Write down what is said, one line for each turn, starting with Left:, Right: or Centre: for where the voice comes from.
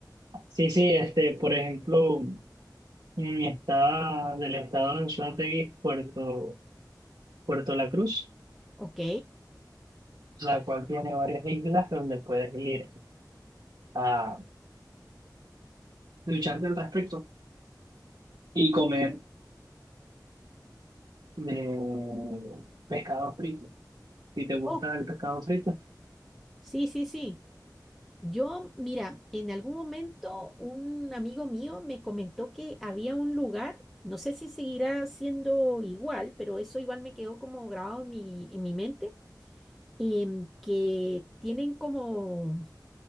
Right: sí, sí, este, por ejemplo, mm, está del estado de Anzoátegui, Puerto, Puerto La Cruz,
Centre: Ok.
Right: la cual tiene varias islas donde puedes ir a ducharte al respecto y comer de pescado frito. Si te gusta
Centre: Oh,
Right: el pescado frito,
Centre: sí, sí, sí. Yo, mira, en algún momento un amigo mío me comentó que había un lugar, no sé si seguirá siendo igual, pero eso igual me quedó como grabado en mi, en mi mente em, que tienen como,